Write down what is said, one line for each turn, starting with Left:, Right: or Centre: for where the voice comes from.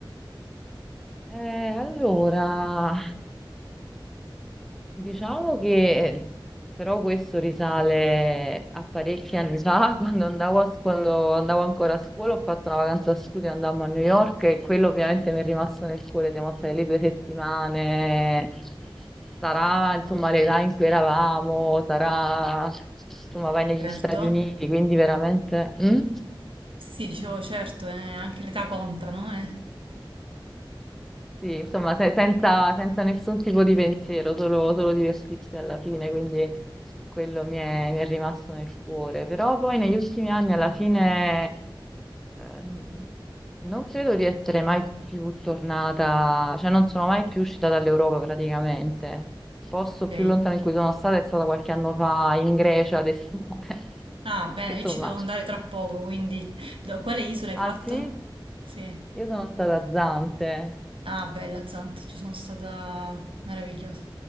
Centre: eh, allora, Diciamo che eh, però questo risale a parecchi anni fa, <laughs> quando andavo, a- quando andavo ancora a scuola, ho fatto una vacanza da studio, andammo a New York e quello ovviamente mi è rimasto nel cuore, siamo state lì due settimane, sarà insomma l'età in cui eravamo, sarà insomma vai negli
Right: Certo,
Centre: Stati Uniti, quindi veramente... Mm?
Right: sì, sì, dicevo certo, eh, anche l'età conta, no? Eh,
Centre: Sì, insomma, se- senza, senza nessun tipo di pensiero, solo, solo divertirsi alla fine, quindi quello mi è, mi è rimasto nel cuore. Però poi negli ultimi anni, alla fine, ehm, non credo di essere mai più tornata, cioè non sono mai più uscita dall'Europa praticamente. Il posto
Right: ok.
Centre: più lontano in cui sono stata è stata qualche anno fa in Grecia, ad estate.
Right: Ah,
Centre: <laughs>
Right: bene,
Centre: Che, Insomma,
Right: io ci devo andare tra poco, quindi da quale isola hai
Centre: ah
Right: fatto?
Centre: sì?
Right: Sì.
Centre: Io sono stata a Zante.
Right: Ah, bella Zant, ci sono stata meravigliosa.